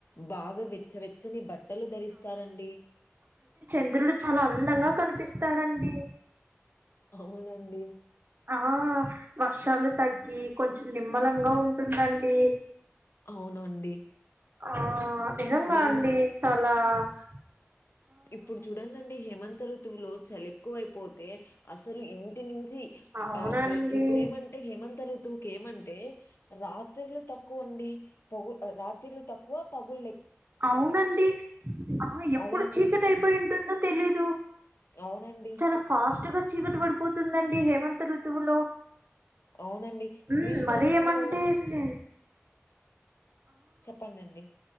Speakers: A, on the left (about 60°); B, on the right (about 45°).
A: బాగా వెచ్చవెచ్చని బట్టలు ధరిస్తారండి
B: ఇంద్రుడు చాలా అందంగా కనిపిస్తాడండి
A: అవునండి
B: ఆ వర్షాలు తగ్గి కొంచెం నిమ్మలంగా ఉంటుందండి
A: అవునండి
B: ఆ నిజంగా
A: మనము
B: అండి చాలా బస్
A: ఇప్పుడు చూడండి అండి హేమంత ఋతువులో చలెక్కువ అయిపోతే అసలు ఇంటి నుంచి
B: అవునండి
A: ఆ ఇప్పుడు ఏమంటే హేమం ఋతువు ఏమంటే రాత్రిలు తక్కువండి పగు రాత్రిలు తక్కువ పగులు
B: అవునండి ఆ ఎప్పుడు
A: అదే అండి.
B: చీకటి
A: గ్-
B: ఐ పోయింటుందో తెలీదు
A: అవునండి.
B: చాల ఫాస్ట్ చీకటి పడిపోతుందండి హేమంత ఋతువులో
A: అవునండి.
B: ఉ
A: 'గ్రీష్మ
B: మరి
A: ఋతువులో'
B: ఏమంటే అండి
A: చెప్పండి అండి